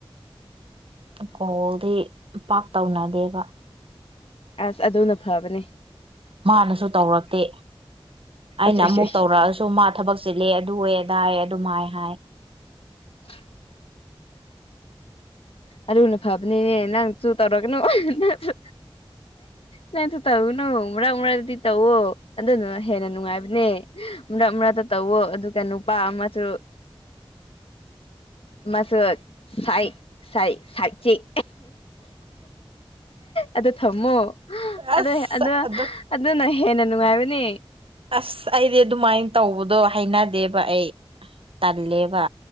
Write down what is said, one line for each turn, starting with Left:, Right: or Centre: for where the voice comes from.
Right: ꯀꯣꯜꯗꯤ ꯄꯥꯛ ꯇꯧꯅꯗꯦꯕ
Left: ꯑꯁ ꯑꯗꯨꯅ ꯐꯕꯅꯦ
Right: ꯃꯥꯅꯁꯨ ꯇꯧꯔꯛꯇꯦ ꯑꯩꯅ
Left: ꯑꯁ ꯑꯁ
Right: ꯑꯃꯨꯛ
Left: ꯑꯁ
Right: ꯇꯧꯔꯛꯑꯁꯨ ꯃꯥ ꯊꯕꯛ ꯆꯤꯜꯂꯦ ꯑꯗꯨꯋꯦ ꯑꯗꯥꯌꯦ ꯑꯗꯨꯝ ꯍꯥꯏ ꯍꯥꯏ
Left: <inaudible> ꯑꯗꯨꯅ ꯐꯕꯅꯤꯅꯦ ꯅꯪꯆꯨ ꯇꯧꯔꯒꯅꯨ ꯅꯆꯨ ꯅꯪꯁꯨ ꯇꯧꯒꯨꯅꯨ ꯃꯔꯛ ꯃꯔꯛꯗꯤ ꯇꯧꯑꯣ ꯑꯗꯨꯅ ꯍꯦꯟꯅ ꯅꯨꯡꯉꯥꯏꯕꯅꯦ ꯃꯔꯛ ꯃꯔꯛꯇ ꯇꯧꯋꯣ ꯑꯗꯨꯒ ꯅꯨꯄꯥ ꯑꯃꯁꯨ ꯃꯁꯨ ꯁꯥꯏꯗ ꯁꯥꯏꯗ ꯁꯥꯏ ꯆꯤꯛ ꯑꯗꯨ ꯊꯝꯃꯣ ꯑꯗꯨꯍꯦ
Right: ꯑꯁ
Left: ꯑꯗꯨ
Right: ꯑꯗꯨꯝ
Left: ꯑꯗꯨꯅ ꯍꯦꯟꯅ ꯅꯨꯡꯉꯥꯏꯕꯅꯦ
Right: ꯑꯁ ꯑꯩꯗꯤ ꯑꯗꯨꯃꯥꯏꯟ ꯇꯧꯕꯗꯣ ꯍꯥꯏꯅꯗꯦꯕ ꯑꯩ ꯇꯜꯦꯕ